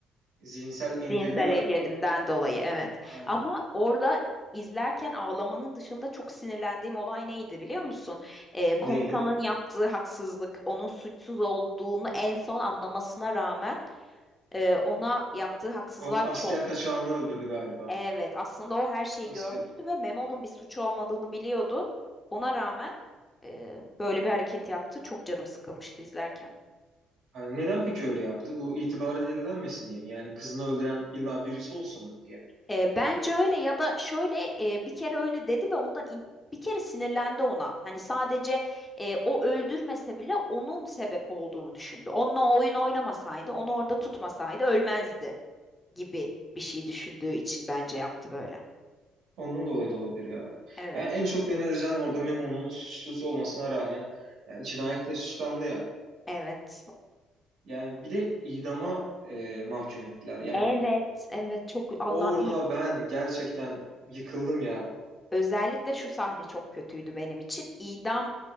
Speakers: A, on the right (about 75°); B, on the left (about 15°).
A: zihinsel engelli
B: Zihinsel
A: galiba.
B: engelinden dolayı evet.
A: Aynen.
B: Ama orada izlerken ağlamanın dışında çok sinirlendiğim olay neydi biliyor musun? Ee, komutanın
A: Neydi?
B: yaptığı haksızlık, onun suçsuz olduğunu en son anlamasına rağmen e, ona yaptığı haksızlık
A: O asker
B: çok.
A: kaçağını öldürdü galiba.
B: Evet aslında o her şeyi
A: Asker.
B: görmüştü ve Memo'nun bir suçu olmadığını biliyordu. Ona rağmen Ee, böyle bir hareket yaptı. Çok canım sıkılmıştı izlerken.
A: Hani neden peki öyle yaptı? Bu itibar edilenmesin diye mi? Yani kızını öldüren illa birisi olsun diye mi?
B: Ee, bence öyle ya da şöyle e, bir kere öyle dedi ve ondan in- bir kere sinirlendi ona. Hani sadece e, o öldürmese bile onun sebep olduğunu düşündü. Onunla o oyun oynamasaydı, onu orada tutmasaydı ölmezdi gibi bir şey düşündüğü için bence yaptı böyle.
A: Ondan dolayı da olabilir ya.
B: Evet,
A: Yani en çok beni üzen orada Memo'nun suçsuz olmasına rağmen yani cinayetle suçlandı ya.
B: evet.
A: Yani bir de idama e, mahkum ettiler. Yani
B: Evet, evet çok Allah'ım
A: orada
B: iyi.
A: ben gerçekten yıkıldım ya.
B: Özellikle şu sahne çok kötüydü benim için. İdam